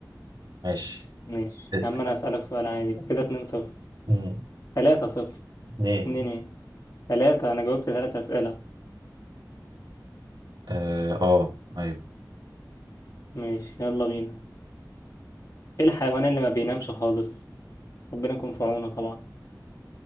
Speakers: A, on the right; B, on the left.
A: ماشي
B: ماشي
A: اسأل
B: يا عم انا هسألك سؤال عادي يبقى كده اتنين صفر
A: مم.
B: تلاتة صفر
A: اتنين
B: اتنين ايه تلاتة انا جاوبت تلاتة اسئلة
A: اه آه، ايوه
B: ماشي يلا بينا ايه الحيوان اللي ما بينامش خالص ربنا يكون في عونه طبعا